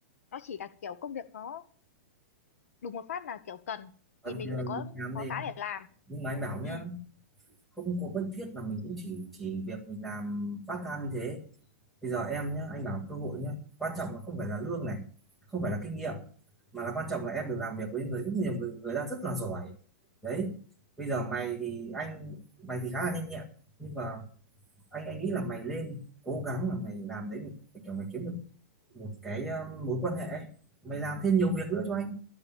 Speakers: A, on the left; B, in the centre.
A: nó chỉ là kiểu công việc nó đùng một phát là kiểu cần
B: còn
A: thì mình
B: kia
A: mới có
B: đi khám
A: có
B: gì
A: cái để làm
B: nhưng mà anh bảo
A: ừ
B: nhá không có bất thiết mà mình cũng chỉ chỉ việc mình làm part time như thế bây giờ em nhá anh bảo cơ hội nhá quan trọng là không phải là lương này không phải là kinh nghiệm mà là quan trọng là em được làm việc với người rất nhiều người người ta rất là giỏi đấy bây giờ mày thì anh mày thì khá là nhanh nhẹn nhưng mà anh anh nghĩ là mày lên cố gắng là mày làm đấy để kiểu mày kiếm được một cái um, mối quan hệ ấy. mày làm thêm nhiều việc nữa cho anh